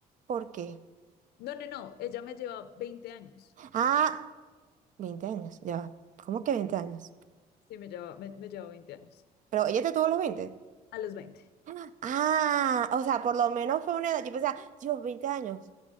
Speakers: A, on the right (about 50°); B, on the left (about 70°).
A: ¿por qué?
B: No, no, no, ella me lleva 20 años.
A: Ah, 20 años. Ya va. ¿Cómo que 20 años?
B: Sí, me lleva, me, me lleva 20 años.
A: Pero ella te tuvo a los veinte
B: A los veinte
A: <gasps> Ah, o sea, por lo menos fue una edad. Yo pensaba, Dios, 20 años.